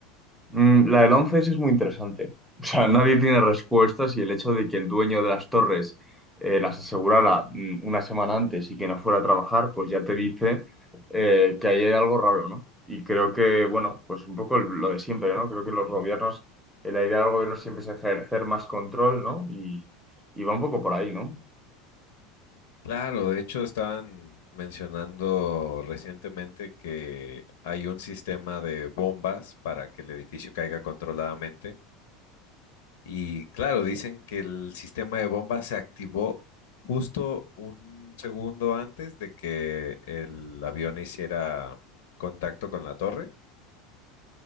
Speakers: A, in the centre; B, on the left (about 85°).
A: Mm, La del once es muy interesante. <laughs> O sea, nadie tiene respuestas y el hecho de que el dueño de las torres eh, las asegurara mm, una semana antes y que no fuera a trabajar, pues ya te dice eh, que ahí hay algo raro, ¿no? Y creo que, bueno, pues un poco el- lo de siempre, ¿no? Creo que los gobiernos, eh, la idea del gobierno siempre es ejercer más control, ¿no? Y, y va un poco por ahí, ¿no?
B: Claro, de hecho estaban mencionando recientemente que hay un sistema de bombas para que el edificio caiga controladamente. Y claro, dicen que el sistema de bombas se activó justo un segundo antes de que el avión hiciera contacto con la torre.